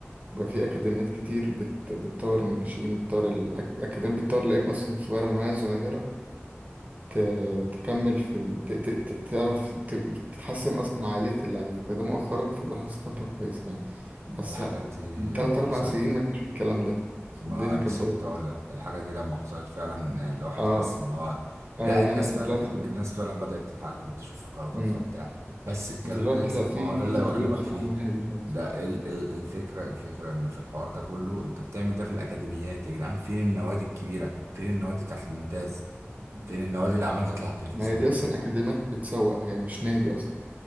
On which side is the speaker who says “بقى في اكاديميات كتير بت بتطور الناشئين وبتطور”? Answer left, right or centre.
Right